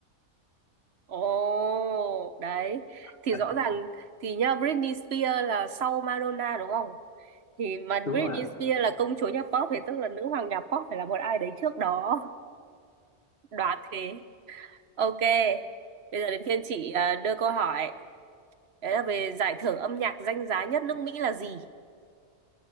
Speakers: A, on the right; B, on the left.
A: ồ đấy
B: <laughs>
A: thì rõ ràng thì nhá Britney Spears là sau Madonna đúng không thì mà
B: đúng
A: Britney
B: rồi ạ.
A: Spears là công chúa nhà pop thì tức là nữ hoàng nhà pop phải là một ai đấy trước đó đoán thế ok bây giờ đến phiên chị à, đưa câu hỏi đấy là về giải thưởng âm nhạc danh giá nhất nước Mỹ là gì